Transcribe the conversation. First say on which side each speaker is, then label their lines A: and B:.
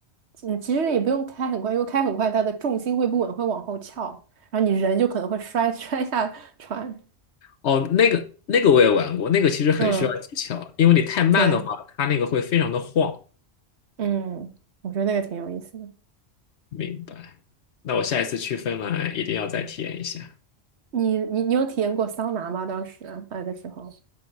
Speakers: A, on the right; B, on the left.
A: 嗯，其实也不用开很快，因为开很快它的重心会不稳，会往后翘，然后你人就可能会摔 <laughs> 摔下船。
B: 哦，那个那个我也玩过，那个其实很需要技巧，
A: 嗯，
B: 因为你太慢的话，
A: 对。
B: 它那个会非常的晃。
A: 嗯，我觉得那个挺有意思的。
B: 明白，那我下一次去芬兰一定要再体验一下。
A: 你你你有体验过桑拿吗？当时来的时候